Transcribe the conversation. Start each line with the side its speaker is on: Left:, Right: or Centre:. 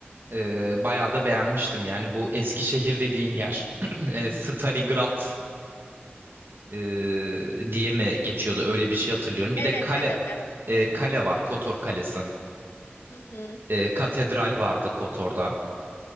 Right: E, bayağı da beğenmiştim. Yani bu Eskişehir dediğin yer. <clears throat> e, Stari Grad e, diye mi geçiyordu? Öyle bir şey hatırlıyorum. Bir
Left: Evet,
Right: de kale
Left: evet, evet.
Right: e, kale var. Kotor Kalesi.
Left: Hı hı.
Right: E, katedral vardı Kotor'da.